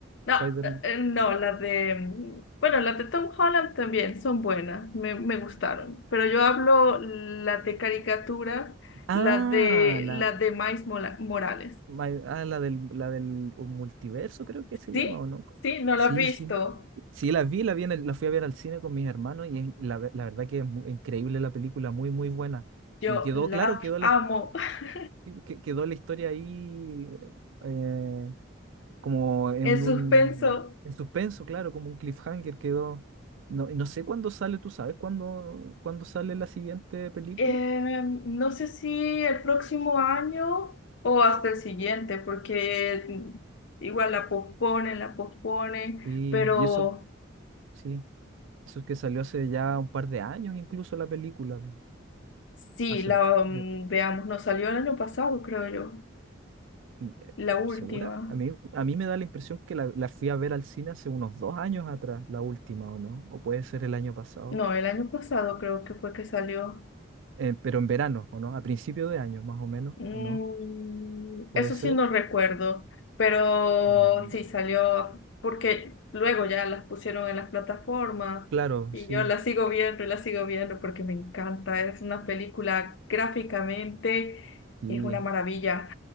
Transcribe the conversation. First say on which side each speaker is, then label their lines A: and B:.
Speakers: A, on the left (about 65°); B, on the right (about 70°).
A: No,
B: Spider-Man.
A: eh, eh, no, las de, bueno, las de Tom Holland también son buenas, me, me gustaron, pero yo hablo las de caricatura,
B: Ah,
A: las de,
B: la,
A: las de Miles Mola- Morales.
B: my- ah, la del, la del multiverso, creo que se
A: ¿Sí?
B: llama, ¿o no?
A: ¿Sí? ¿No
B: Sí,
A: las has visto?
B: sí. Sí, la vi, la vi en el- la fui a ver al cine con mis hermanos y en- la, ve- la verdad que es mu- increíble la película, muy, muy buena.
A: Yo
B: Y quedó
A: las
B: claro, quedó
A: amo.
B: la, his-
A: <laughs>
B: que- quedó la historia ahí eh, como en
A: En
B: un
A: suspenso,
B: en suspenso, claro, como un cliffhanger quedó. No, no sé cuándo sale, tú sabes cuándo, cuándo sale la siguiente película.
A: eh, no sé si el próximo año o hasta el siguiente, porque igual la posponen, la posponen,
B: Y,
A: pero...
B: y eso, sí, eso es que salió hace ya un par de años incluso la película.
A: Sí,
B: Hace,
A: la, mm,
B: yo,
A: veamos, nos salió el año pasado, creo yo.
B: mm, eh,
A: La última.
B: ¿segura? A mí, a mí me da la impresión que la, la fui a ver al cine hace unos dos años atrás, la última, ¿o no? O puede ser el año pasado.
A: No, el año pasado creo que fue que salió.
B: Eh, pero en verano, ¿o no? A principio de año, más o menos,
A: Mm,
B: ¿o no? Puede
A: eso
B: ser.
A: sí no recuerdo, pero
B: Mm,
A: sí salió porque luego ya las pusieron en las plataformas
B: Claro,
A: y
B: sí.
A: yo las sigo viendo y las sigo viendo porque me encanta. Es una película gráficamente,
B: Sí,
A: es una maravilla.